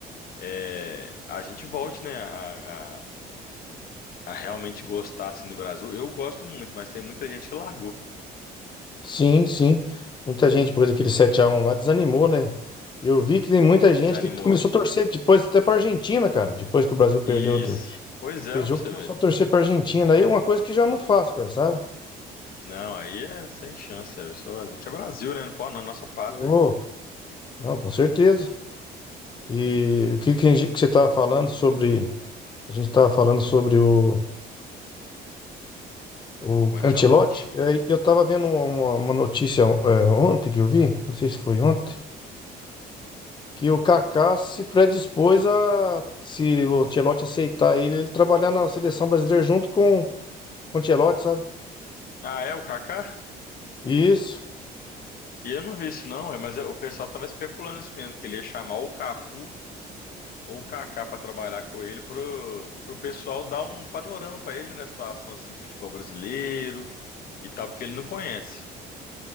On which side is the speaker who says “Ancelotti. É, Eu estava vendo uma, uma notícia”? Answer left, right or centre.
Left